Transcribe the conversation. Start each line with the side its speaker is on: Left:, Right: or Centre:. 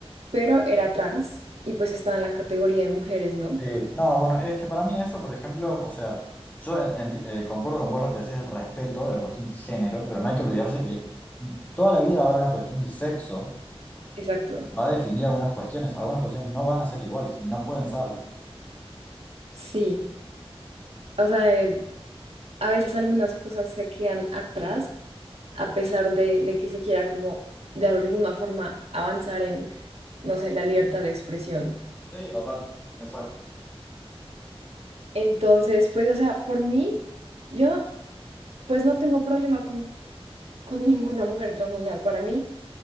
Right: pero era trans y pues estaba en la categoría de mujeres, ¿no?
Left: Sí, no, bueno, es que para mí eso, por ejemplo, o sea, yo en- enti- eh, concuerdo con vos lo que decís el respeto de la cuestión de género, pero no hay que olvidarse que toda la vida va a haber una cuestión de sexo,
Right: Exacto.
Left: va a definir algunas cuestiones, algunas cuestiones no van a ser iguales y no pueden serlo.
Right: Sí. O sea, eh, a veces algunas cosas se quedan atrás a pesar de, de que se quiera como de alguna forma avanzar en, no sé, la libertad de expresión.
Left: Sí, total, exacto.
Right: Entonces, pues, o sea, por mí, yo pues no tengo problema con, con <laughs> ninguna mujer trans, o sea, para mí,